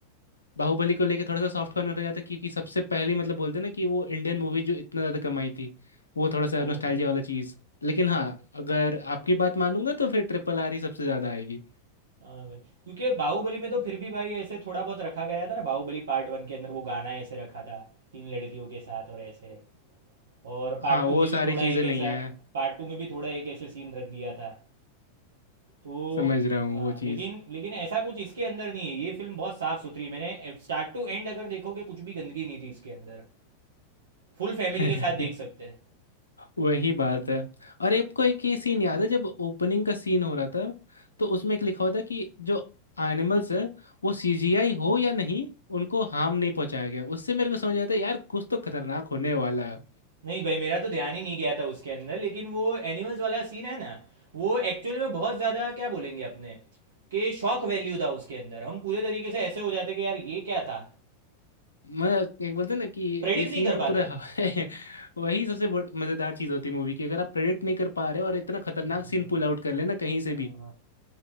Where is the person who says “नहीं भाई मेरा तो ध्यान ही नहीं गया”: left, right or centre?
Right